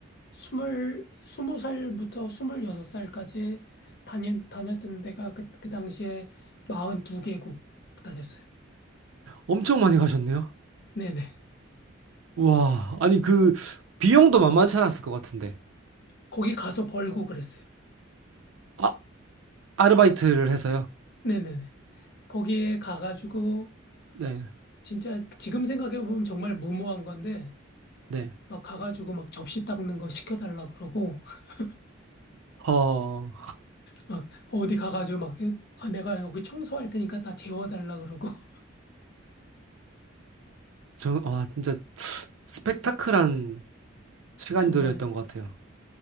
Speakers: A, on the left; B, on the right.
A: 스물, 스무 살부터 스물여섯 살까지 다니, 다녔던 데가 그, 그 당시에 42개국 다녔어요.
B: 엄청 많이 가셨네요.
A: 네네.
B: 우와, 아니 그 비용도 만만치 않았을 것 같은데.
A: 거기 가서 벌고 그랬어요.
B: 아, 아르바이트를 해서요?
A: 네네네. 거기에 가가지고,
B: 네,
A: 진짜 지금 생각해보면 정말 무모한 건데,
B: 네.
A: 막 가가지고 막 접시 닦는 거 시켜달라 그러고, <laughs>
B: 어
A: 막 어디 가가지고 막, 아, 내가 여기 청소할 테니까 나 재워달라 그러고, <laughs>
B: 저, 와, 진짜 스펙타클한 시간들이었던
A: 정말.
B: 것 같아요.